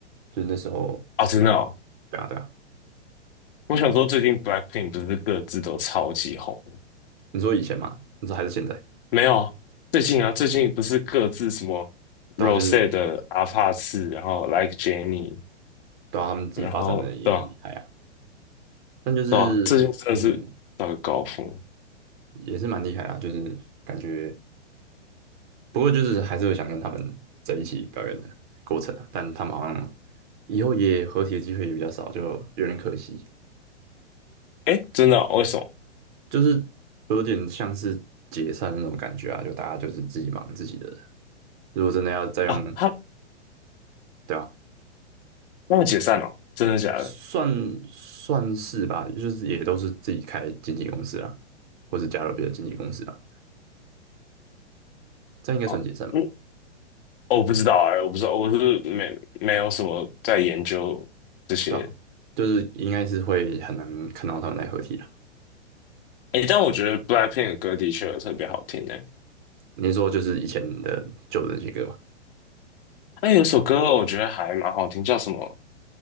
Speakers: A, on the right (about 45°); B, on the left (about 50°).
A: 就是那时候蛮，
B: 哦，真的哦，
A: 对啊对啊，
B: 我想说最近 Blackpink 不是各自都超级红。
A: 你说以前嘛，你说还是现在，
B: 没有啊，最近啊，最近不是各自什么
A: 对啊，
B: r o
A: 就是
B: s e 的阿帕次，然后 Like Jenny，
A: 对啊，他们自己发展的也很厉害啊，
B: 然后对啊，
A: 但就是嗯，
B: 对啊，最近真的是到了高峰。
A: 也是蛮厉害啊，就是感觉，不过就是还是会想跟他们在一起表演的过程啊，但他们好像以后也合体的机会也比较少，就有点可惜。
B: 诶，真的哦为什么？
A: 就是有点像是解散那种感觉啊，就大家就是自己忙自己的。如果真的要再用，
B: 啊，他
A: 对啊，
B: 他们解散了哦，真的假的？
A: 算算是吧，就是也都是自己开经纪公司啊，或是加入别的经纪公司啊，这样应该算解散吧？
B: 哦，嗯，哦我不知道啊，我不知道，我是没没有什么在研究这些。
A: 对啊，就是应该是会很难看到他们在合体了。
B: 哎，但我觉得 BLACKPINK 的歌的确有特别好听的。
A: 你说就是以前的旧的那些歌嘛？
B: 哎，有首歌我觉得还蛮好听，叫什么